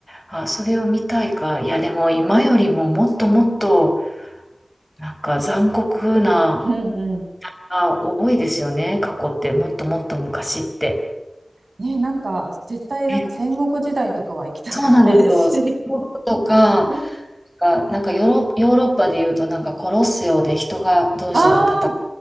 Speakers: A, in the centre; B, on the right.
A: あ、それを見たいか。いや、でも今よりももっともっと、なんか残酷な、
B: うんうん
A: あ、多いですよね。過去って、もっともっと昔って。
B: ね、なんか絶対なんか戦国時代とかは行きたくないし
A: えそうなんですよ。戦国とか、
B: <laughs>
A: がなんかヨーロ、ヨーロッパで言うと、なんかコロッセオで人が、同士が戦うと
B: ああ、